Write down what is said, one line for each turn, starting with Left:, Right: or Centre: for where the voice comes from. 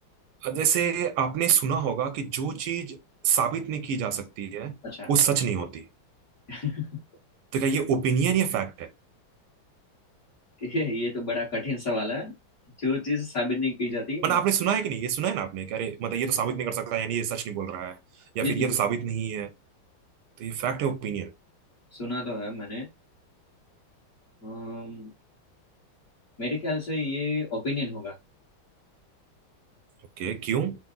Right: जैसे आपने सुना होगा कि जो चीज साबित नहीं की जा सकती है
Left: अच्छा
Right: वो सच नहीं होती
Left: <laughs>
Right: तो क्या ये ओपिनियन या फैक्ट है
Left: ये ये तो बड़ा कठिन सवाल है जो चीज़ साबित नहीं की जाती
Right: मतलब
Left: वो
Right: आपने सुना है कि नहीं ये सुना है ना आपने कि अरे मतलब ये तो साबित नहीं कर सकता यानी ये सच नहीं बोल रहा है या
Left: जी
Right: फिर
Left: जी
Right: ये
Left: बिल्कुल।
Right: तो साबित नहीं है तो ये फैक्ट
Left: हाँ,
Right: है ओपिनियन
Left: सुना तो है मैंने अम्म, मेरे ख्याल से ये ओपिनियन होगा
Right: ओके क्यों